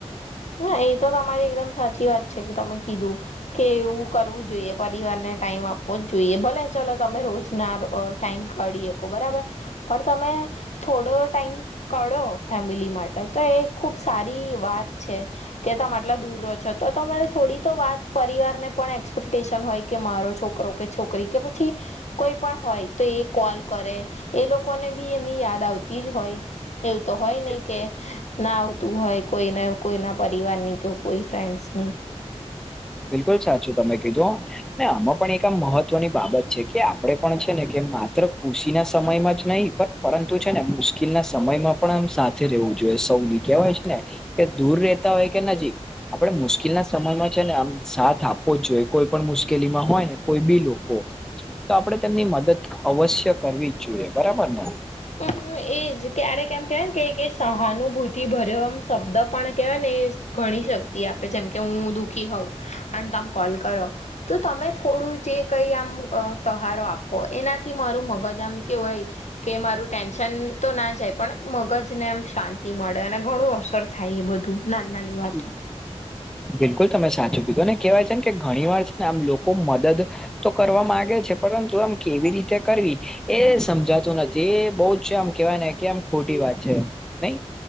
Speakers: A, on the left (about 80°); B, in the centre.
A: ના, એ તો તમારી એકદમ સાચી વાત છે કે તમે કીધું કે એવું કરવું જોઈએ, પરિવારને ટાઈમ આપવો જ જોઈએ, ભલે ચલો તમે રોજના રો અ ટાઈમ કાઢી અકો, બરાબર પણ તમે થોડો ટાઈમ કાઢો ફેમિલી માટે તો એ ખુબ સારી વાત છે કે તમ આટલા દૂર રો છો તો તમારે થોડી તો વાત પરિવારને પણ એક્સપેક્ટેશન હોય કે મારો છોકરો કે છોકરી કે પછી કોઈ પણ હોય તો એ કોલ કરે એ લોકોને બી એમની યાદ આવતી જ હોય એવું તો હોય નહી
B: બિલકુલ.
A: કે ના આવતું હોય કોઈને કોઈના પરિવારની કે કોઈ ફ્રેન્ડ્સ ની.
B: બિલકુલ સાચું તમે કીધું હ. ને આમાં પણ એક આમ મહત્વની બાબત છે કે આપણેે પણ છે ને કે માત્ર કુશિ ના સમયમાં જ નહી પણ પરંતુ છે ને મુશ્કિલના સમયમાં પણ આમ સાથે રહેવું જોઈએ સૌ કહેવાય છે ને કે દૂર રેતા હોય કે નજીક આપડ મુશ્કેલ ના સમયમાં છે ને આમ સાથ આપવો જ જોઈએ કોઈ પણ મુશ્કેલી માં હોય ને કોઈ બી લોકો. તો આપડણે તેમની મદદ અવશ્ય કરવી જ જોઈએ, બરાબર ને.
A: મ એજ ક્યારેક એમ કેવાય કે સહાનુભૂતિ ભર આમ શબ્દ પણ કેહેવાય ને ઘણી શક્તિ આપે જેમ કે હું દુઃખી હોઉ અને તમ કોલ કરો તો તમે થોડું જે કઈ અ આમ સહારો આપો એનાથી મારું મગજ આમ કેવાય કે મારું ટેન્શન તો ના જાય પણ મગજને એમ શાંતિ મળે અને ઘણું અસર થાય એ બધું નાન નાની વાતો
B: હમ. બિલકુલ તમે સાચું કીધું. ને કેવાય છે ને કે ઘણી વાર છે ને આમ લોકો મદદ તો કરવા માંગે છે, પરંતુ આમ કેવી રીતે કરવી એ સમજાતું નથી. એ બહુ જ છે આમ કેવાય ને કે આમ ખોટી વાત છે. નહી